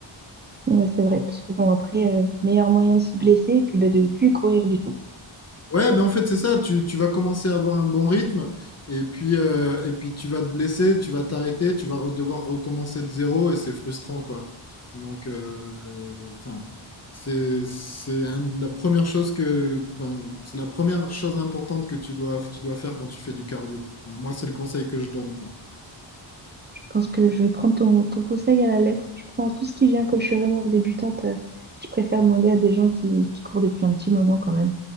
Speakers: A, on the right; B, on the left.
A: Ouais, c'est vrai, parce que bon, après, euh, meilleur moyen de se blesser et puis bah, de plus courir du tout.
B: Ouais, ben en fait, c'est ça. Tu, tu vas commencer à avoir un bon rythme et puis, euh, et puis tu vas te blesser, tu vas t'arrêter, tu vas re- devoir recommencer de zéro et c'est frustrant, quoi. Donc, euh, enfin, c'est, c'est un de la première chose que, enfin, c'est la première chose importante que tu dois, tu dois faire quand tu fais du cardio. Enfin, moi, c'est le conseil que je donne, quoi.
A: Je pense que je vais prendre ton, ton conseil à la lettre. Je prends tout ce qui vient, comme je suis vraiment débutante, euh, je préfère demander à des gens qui, qui courent depuis un petit moment quand même.